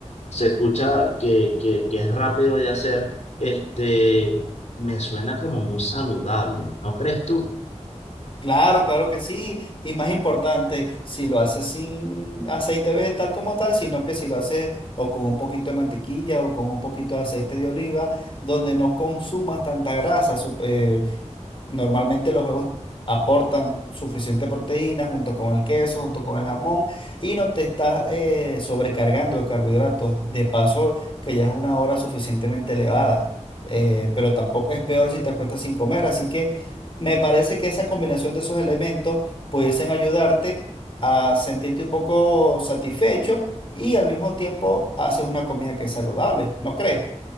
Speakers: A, on the left (about 70°); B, on the left (about 45°).
A: se escucha que, que, que es rápido de hacer, este, me suena como muy saludable, ¿no crees tú?
B: Claro, claro que sí. Y más importante, si lo haces sin aceite vegetal como tal, sino que si lo haces o con un poquito de mantequilla o con un poquito de aceite de oliva, donde no consumas tanta grasa. Sup- eh, Normalmente los huevos aportan suficiente proteína junto con el queso, junto con el jamón y no te estás eh, sobrecargando de carbohidratos. De paso, que ya es una hora suficientemente elevada, eh, pero tampoco es peor si te acuestas sin comer. Así que me parece que esa combinación de esos elementos pudiesen ayudarte a sentirte un poco satisfecho y al mismo tiempo haces una comida que es saludable, ¿no crees?